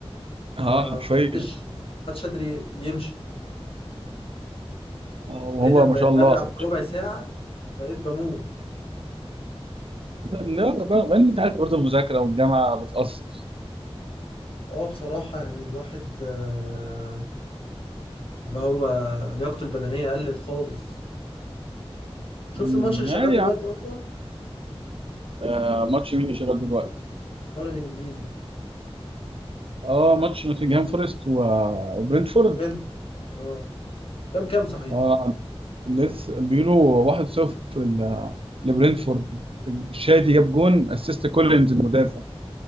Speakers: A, on the right; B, on the left.
A: اه
B: ما
A: حرفيا
B: حدش حدش قادر يمشي
A: آه، وهو
B: بقيت لما
A: ما شاء الله
B: بلعب
A: 17
B: ربع ساعه بقيت بموت
A: لا ده بقى بقى انت عارف برضه المذاكره والجامعه بتاثر
B: اه بصراحه يعني الواحد آه، اللي هو لياقته البدنية قلت خالص شفت
A: أمم،
B: الماتش اللي شغال
A: عادي
B: دلوقتي
A: يا عم
B: أصلا
A: آه ماتش مين اللي شغال دلوقتي
B: الدوري الإنجليزي
A: اه ماتش نوتنجهام فورست و- وبرنتفورد
B: برنتفورد اه كام كام صحيح
A: اه لسه بيقولوا 1-0 ل- لبرنتفورد الشادي جاب جون اسيست كولينز المدافع